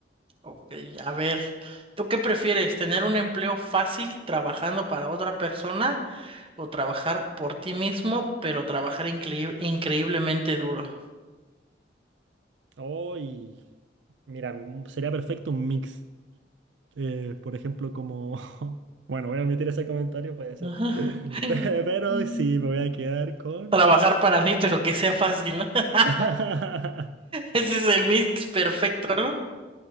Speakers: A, on the right; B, on the right.
A: Ok, a ver, ¿tú qué prefieres? ¿Tener un empleo fácil trabajando para otra persona o trabajar por ti mismo, pero trabajar increí- increíblemente duro?
B: Hoy, <laughs> mira, mm, sería perfecto un mix. Eh, por ejemplo, como... <laughs> Bueno, voy a omitir ese comentario, puede ser.
A: Ajá.
B: <laughs> Pe- Pero
A: Mm.
B: sí, me voy a quedar con...
A: Trabajar para mí, pero que sea fácil, ¿no? <laughs>
B: <laughs>
A: Ese es el mix perfecto, ¿no?